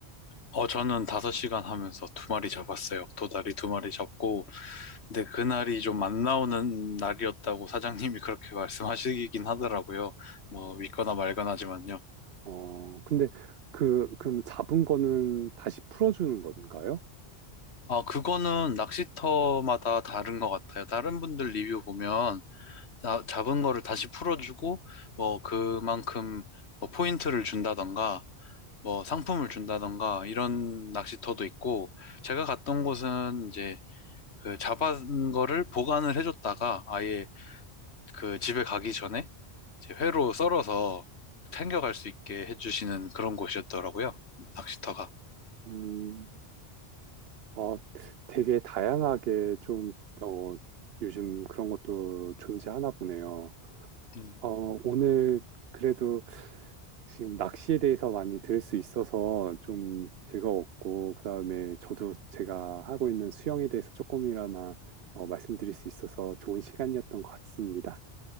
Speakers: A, on the left; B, on the right.
A: 어, 저는 다섯 시간 하면서 두 마리 잡았어요. 도다리 두 마리 잡고, 근데 그날이 좀 안 나오는 날이었다고 사장님이 <laughs> 그렇게 말씀하시긴 하더라고요. 뭐, 믿거나 말거나지만요.
B: 어, 근데 그, 그럼 잡은 거는 다시 풀어주는 건가요?
A: 아, 그거는 낚시터마다 다른 것 같아요. 다른 분들 리뷰 보면, 나- 잡은 거를 다시 풀어주고, 뭐, 그만큼, 뭐 포인트를 준다던가, 뭐 상품을 준다던가 이런 낚시터도 있고 제가 갔던 곳은 이제 그 잡은 거를 보관을 해줬다가 아예 그 집에 가기 전에 이제 회로 썰어서 챙겨갈 수 있게 해주시는 그런 곳이었더라고요. 낚시터가.
B: 음, 어, 되게 다양하게 좀, 어, 요즘 그런 것도 존재하나 보네요.
A: 음.
B: 어, 오늘 그래도 지금 낚시에 대해서 많이 들을 수 있어서 좀 즐거웠고, 그다음에 저도 제가 하고 있는 수영에 대해서 조금이나마 어, 말씀드릴 수 있어서 좋은 시간이었던 것 같습니다.